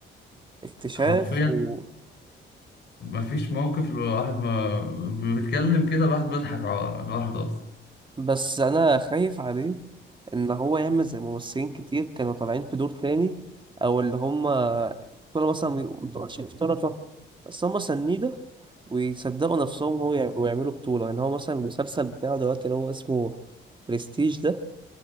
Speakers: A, on the right; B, on the left.
A: اكتشاف
B: حرفيا
A: و...
B: مفيش موقف الواحد ما بيتكلم كده الواحد بيضحك على الواحد أصلا
A: بس أنا خايف عليه إن هو يعمل زي ممثلين كتير كانوا طالعين في دور تاني أو اللي هما كانوا مثلا مبتبقاش مشتركة بس هما سنيدة ويصدقوا نفسهم هو يع- ويعملوا بطولة يعني هو مثلا المسلسل بتاعه دلوقتي اللي هو اسمه برستيج ده